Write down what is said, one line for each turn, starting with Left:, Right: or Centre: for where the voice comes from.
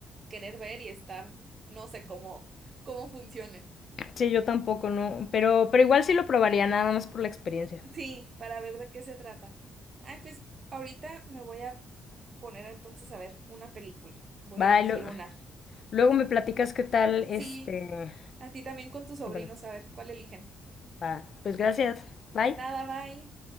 Right: querer ver y estar, no sé cómo, cómo funcione.
Left: Sí, yo tampoco, no. Pero, pero igual sí lo probaría, nada más por la experiencia.
Right: Sí, para ver de qué se trata. Ay, pues ahorita me voy a poner entonces a ver una película. Voy
Left: Bye,
Right: a elegir una.
Left: luego me platicas qué tal este.
Right: Sí, a ti también con tus sobrinos,
Left: Y Bueno,
Right: a ver cuál eligen.
Left: va. Pues gracias. Bye.
Right: Nada, bye.